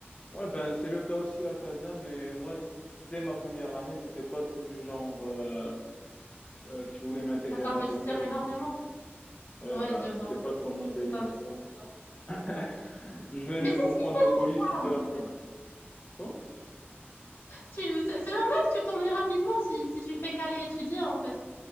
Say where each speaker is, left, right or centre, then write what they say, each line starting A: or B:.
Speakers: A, on the left (about 25°); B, on the left (about 85°).
A: Ouais, ben, c'est le cas aussi à Kazan, mais moi, dès ma première année, j'étais pas trop du genre euh, euh, qui voulait m'intégrer
B: À t'investir
A: dans des clubs.
B: énormément.
A: ou- Ouais,
B: Ouais,
A: ben,
B: je vois.
A: c'était pas trop mon délire,
B: Tu t'investis.
A: tu vois. <laughs>
B: Ouais. Mais
A: Je venais
B: mais c'est
A: pour
B: ce qui
A: prendre des polis,
B: parle,
A: je quittais la
B: en
A: fac.
B: fait.
A: Quoi?
B: Tu- C'est c'est normal que tu t'ennuies rapidement si, si tu fais qu'aller étudier, en fait.